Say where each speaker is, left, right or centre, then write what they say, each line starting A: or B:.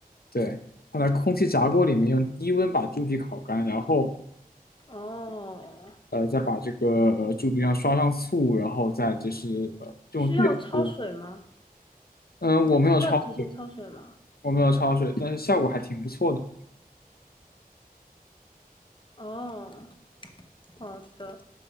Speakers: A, on the left; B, on the left.
A: 对，放在空气炸锅里面用低温把猪皮烤干，然后
B: 哦，
A: 呃再把这个呃猪皮上刷上醋，然后再就是呃用这个锅，
B: 需要焯水吗？
A: 嗯，我没有焯水，
B: 需要提前焯水吗？
A: 我没有焯水，但是效果还挺不错的。
B: 哦，好的。